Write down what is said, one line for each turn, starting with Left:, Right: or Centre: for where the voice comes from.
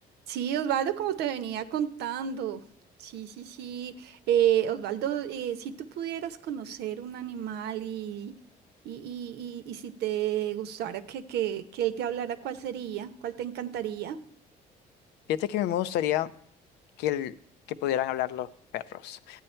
Right: Sí, Osvaldo, como te venía contando. Sí, sí, sí. Eh, Osvaldo, eh, si tú pudieras conocer un animal y, y, y, y- y si te gustara que, que, que él te hablara, ¿cuál sería? ¿Cuál te encantaría?
Left: Fíjate que a mí me gustaría que, el- que pudieran hablar los perros,